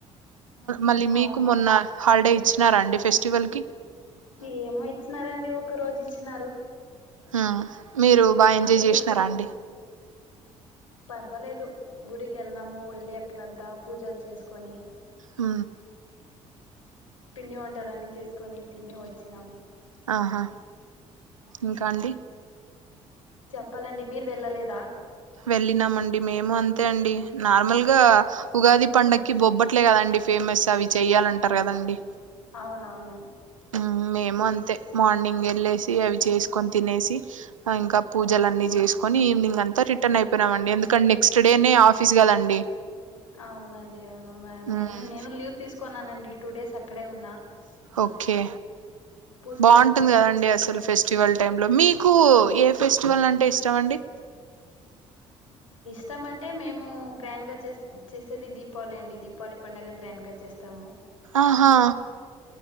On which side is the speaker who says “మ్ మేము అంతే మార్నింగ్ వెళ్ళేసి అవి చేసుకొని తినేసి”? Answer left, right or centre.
Right